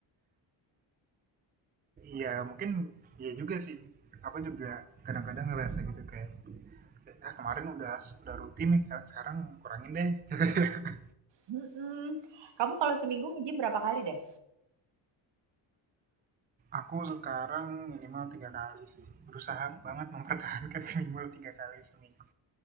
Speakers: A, on the right; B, on the right.
A: iya mungkin iya juga sih aku juga kadang-kadang ngerasa gitu kayak ah kemarin udah udah rutin nih sekarang kurangin deh <laughs>
B: Mm-mm. Kamu kalau seminggu nge-gym berapa kali deh?
A: aku sekarang minimal tiga kali sih berusaha banget mempertahankan <laughs> minimal tiga kali seminggu